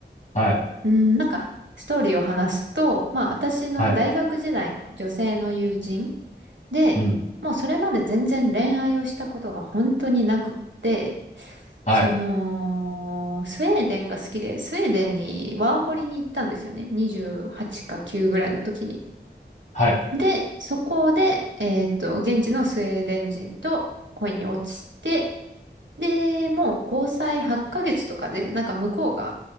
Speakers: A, on the left; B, on the right.
A: はい、
B: うん、なんかストーリーを話すと、まあ私の大学時代の女性の友人
A: はい、
B: で、
A: うん、
B: もうそれまで全然恋愛をしたことが本当になくって、
A: はい、
B: その、スウェーデンが好きで、スウェーデンにワーホリに行ったんですよね。28か9ぐらいの時に。
A: はい。
B: で、そこで、えっと、現地のスウェーデン人と恋に落ちて、で、もう交際8ヶ月とかで、なんか向こうが